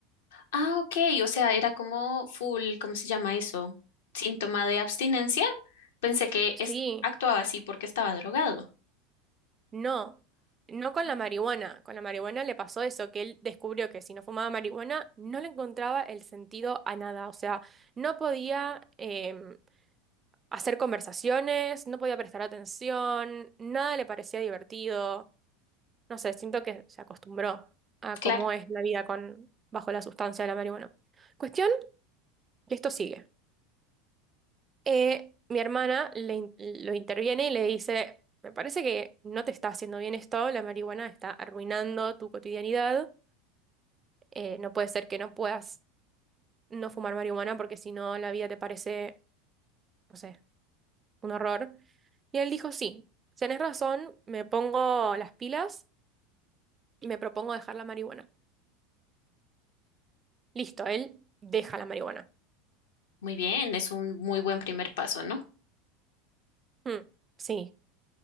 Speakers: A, on the left (about 75°); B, on the right (about 25°).
A: Ah, ok, o sea, era como full, ¿cómo se llama eso? Síntoma de abstinencia. Pensé que
B: Sí,
A: es- actuaba así porque estaba drogado.
B: no. No con
A: Ah,
B: la marihuana. Con la marihuana le pasó eso, que él descubrió que si no fumaba marihuana, no le encontraba el sentido a nada. O sea, no podía, em, hacer conversaciones, no podía prestar atención, nada le parecía divertido. No sé, siento que se acostumbró a
A: Claro,
B: cómo es la vida con, bajo la sustancia de la marihuana. Cuestión que esto sigue. Eh, mi hermana le in- lo interviene y le dice, me parece que no te está haciendo bien esto, la marihuana está arruinando tu cotidianidad, eh, no puede ser que no puedas no fumar marihuana porque si no la vida te parece, no sé, un horror. Y él dijo, sí, tenés razón, me pongo las pilas y me propongo dejar la marihuana. Listo, él deja la marihuana.
A: muy bien, es un muy buen primer paso, ¿no?
B: Mm, sí,